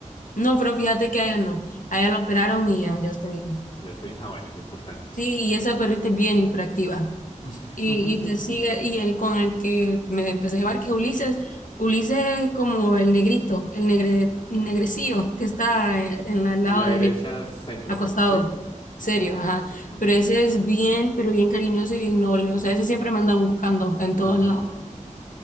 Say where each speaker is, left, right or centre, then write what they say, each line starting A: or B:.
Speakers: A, on the left; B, on the left.
A: No, pero fíjate que a ella no. A ella la operaron y ya, ya está bien.
B: Ya está bien. Ah, bueno, es lo importante.
A: Sí, y esa perrita es bien hiperactiva.
B: <laughs>
A: y, y te sigue, y el con el que me empecé a llevar, que es Ulises, Ulises es como el negrito, el negre, negrecillo que está eh, en la- el lado
B: A la derecha,
A: derecho,
B: centro,
A: acostado,
B: ¿sí?
A: serio, ajá,
B: Ok.
A: pero ese es bien, pero bien cariñoso y bien noble, o sea, ese siempre me anda buscando en todos
B: No.
A: lados,